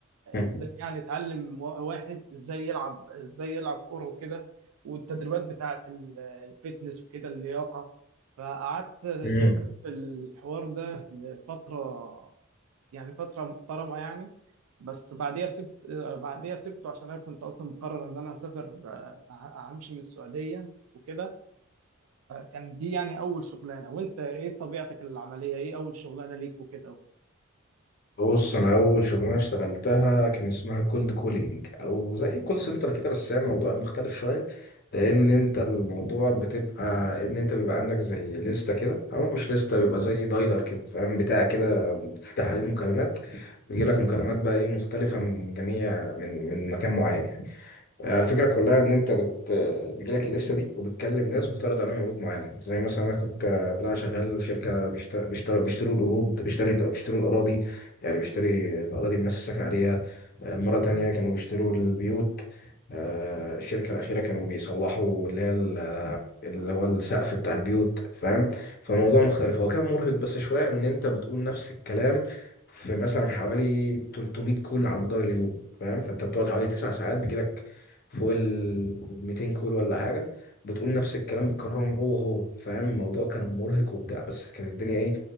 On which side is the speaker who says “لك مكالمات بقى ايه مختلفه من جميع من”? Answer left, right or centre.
Left